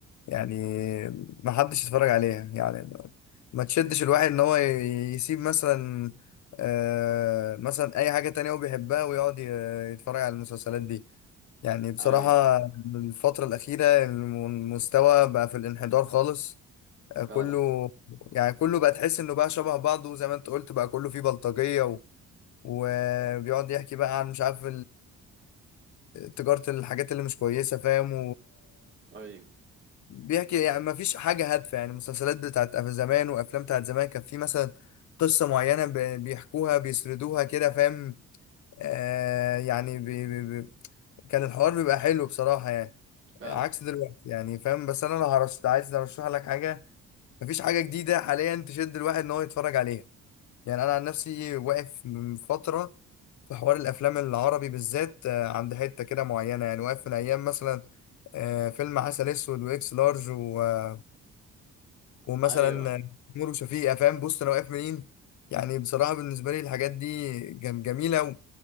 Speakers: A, on the left (about 70°); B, on the right (about 40°).
A: يعني ما حدش يتفرج عليها يعني ما تشدش الواحد ان هو ي- يسيب مثلا آه، مثلا اي حاجه تانية هو بيحبها ويقعد ي- يتفرج على المسلسلات دي يعني بصراحه
B: ايوه
A: الفتره الاخيره الم- المستوى بقى في الانحدار خالص آه،
B: فعلا
A: كله يعني كله بقى تحس انه بقى شبه بعضه زي ما انت قلت بقى كله فيه بلطجيه و... وبيقعد يحكي بقى عن مش عارف تجارة الحاجات اللي مش كويسة فاهم
B: ايوه
A: وبيحكي يعني ما فيش حاجة هادفة يعني مسلسلات بتاعت زمان وأفلام بتاعت زمان كان في مثلا قصة معينة ب- بيحكوها بيسردوها كده فاهم آه يعني بي بي بي كان الحوار بيبقى حلو بصراحة يعني
B: فعلا
A: عكس دلوقتي يعني فاهم بس أنا لو هرشت عايز أرشح لك حاجة مفيش حاجة جديدة حاليا تشد الواحد إن هو يتفرج عليها يعني انا عن نفسي واقف من فتره في حوار الافلام العربي بالذات آه، عند حته كده معينه يعني واقف من ايام مثلا آه، فيلم عسل اسود واكس لارج و- ومثلا
B: ايوه
A: آه، نور وشفيقة فاهم بص انا واقف منين يعني بصراحه بالنسبه لي الحاجات دي جم- جميله